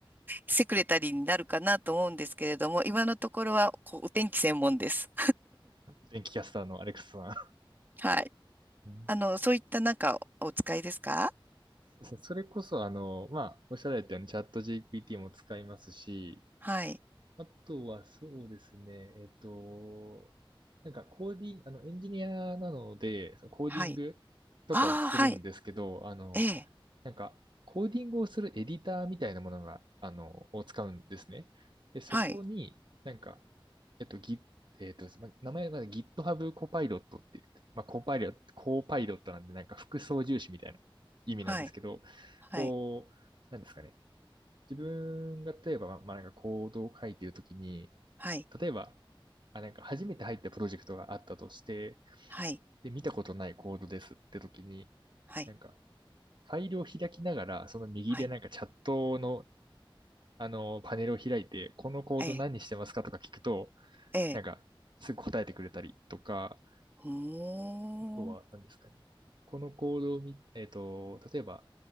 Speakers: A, on the right; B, on the right.
A: セクレタリーになるかなと思うんですけれども、今のところは、こう、お天気専門です。
B: 電気キャスターのアレクサさん。
A: はい。
B: うん
A: あの、そういったなんかお使いですか
B: そうですねそれこそ、あの、まあ、おっしゃられたようにチャット GPT も使いますし、
A: はい。
B: あとはそうですね、えっと、なんかコーディング、あの、エンジニアなので、そのコーディングとかをするんですけど、
A: はい。ああ、はい。
B: あの、
A: ええ。
B: なんか、コーディングをするエディターみたいなものが、あの、を使うんですね。で、そこに、
A: はい。
B: なんか、えっと、ギえっと、ま名前が GitHub コパイロットって言って、まあ、コパイロット、コーパイロットなんで、なんか副操縦士みたいな意味なんですけど、
A: はい。はい。
B: こう、なんですかね。自分が例えば、ままあ、なんかコードを書いているときに、
A: はい。
B: 例えば、あ、なんか初めて入ったプロジェクトがあったとして、
A: はい。
B: で、見たことないコードですってときに、
A: はい。
B: なんか、ファイルを開きながら、その右でなんかチャットの、
A: はい。
B: あの、パネルを開いて、このコード何してますかとか聞くと、
A: ええ。ええ。
B: なんか、すぐ答えてくれたりとか、
A: ほー。
B: とは何ですかね。このコードを見、えっと、例えば、